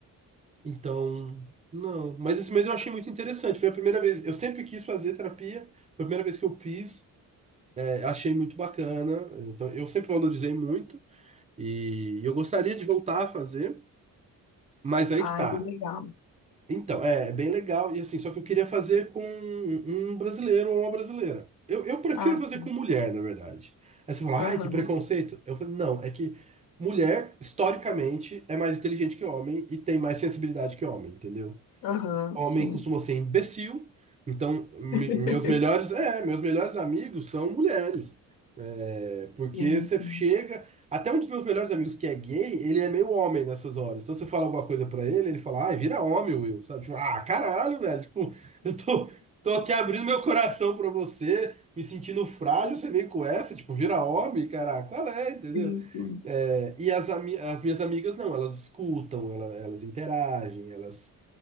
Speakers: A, on the right; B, on the left.
A: Então, não, mas esse mês eu achei muito interessante, foi a primeira vez, eu sempre quis fazer terapia, foi a primeira vez que eu fiz, é, achei muito bacana, então eu sempre valorizei muito e eu gostaria de voltar a fazer, mas aí
B: Ah,
A: que tá.
B: é bem legal.
A: Então, é, é bem legal. E assim, só que eu queria fazer com um brasileiro ou uma brasileira. Eu, eu prefiro
B: Ah,
A: fazer
B: sim.
A: com mulher, na verdade. Aí você fala,
B: Aham,
A: ai, que preconceito. Eu falei, não, é que mulher, historicamente, é mais inteligente que homem e tem mais sensibilidade que homem, entendeu?
B: aham,
A: homem
B: sim.
A: costuma ser imbecil, então me-
B: <laughs>
A: meus melhores, é, meus melhores amigos são mulheres. É, porque
B: Sim,
A: você
B: sim.
A: chega, até um dos meus melhores amigos que é gay, ele é meio homem nessas horas. Então você fala alguma coisa pra ele, ele fala: "Ai, vira homem, Will", sabe? Tipo, ah, caralho, velho, tipo, <laughs> eu tô Tô aqui abrindo meu coração pra você, me sentindo frágil, você vem com essa, tipo, vira homem, caraca, qual é, entendeu?
B: Sim, sim.
A: É, e as, ami- as minhas amigas não, elas escutam, ela- elas interagem, elas